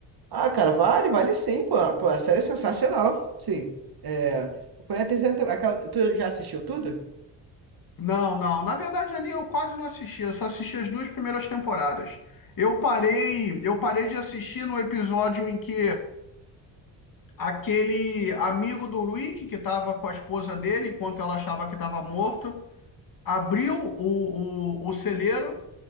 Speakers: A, on the right; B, on the left.
A: Ah, cara, vale, vale sim, pô. Pô, a série é sensacional. Sim. É. Porém, a terceira temporada. Tu já assistiu tudo?
B: Não, não. Na verdade, ali eu quase não assisti. Eu só assisti as duas primeiras temporadas. Eu parei, eu parei de assistir no episódio em que aquele amigo do Rick, que estava com a esposa dele, enquanto ela achava que estava morto, abriu o, o, o celeiro